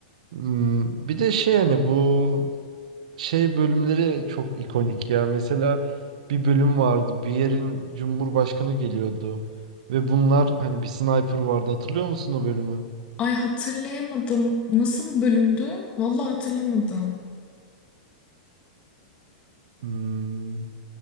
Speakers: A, on the right; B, on the left.
A: Hmm, Bir de şey hani bu şey bölümleri çok ikonik ya. Mesela bir bölüm vardı bir yerin cumhurbaşkanı geliyordu ve bunlar hani bir sniper vardı hatırlıyor musun o bölümü?
B: Ay hatırlayamadım. Nasıl bir bölümdü? Vallahi hatırlamadım.
A: Hmm,